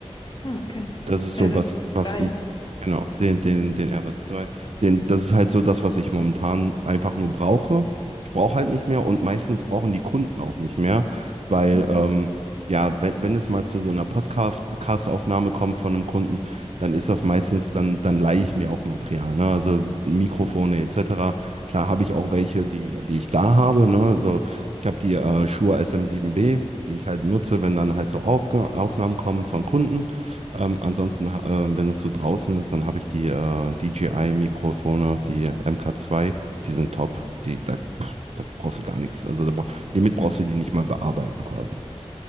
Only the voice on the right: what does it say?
Das ist so,
was, was
ich, genau, den, den, den rs zwei den, das ist halt so das, was ich momentan einfach nur brauche. Ich brauche halt nicht mehr und meistens brauchen die Kunden auch nicht mehr, weil,
ähm, ja, wenn, wenn es mal zu so einer Podcast- Podcast-Aufnahme kommt von einem Kunden, dann ist das meistens, dann, dann leihe ich mir auch Material, ne? Also Mikrofone etc. Klar habe ich auch welche, die, die ich da habe, ne? Also ich habe die äh, Shure sm sieben b die ich halt nutze, wenn dann halt so Aufge Aufnahmen kommen von Kunden. Ähm, ansonsten, ha- äh, wenn es so draußen ist, dann habe ich die äh, DJI-Mikrofone, die MK2, die sind top. Die, da, pff, da brauchst du gar nichts. Also da, bra- damit brauchst du die nicht mal bearbeiten quasi.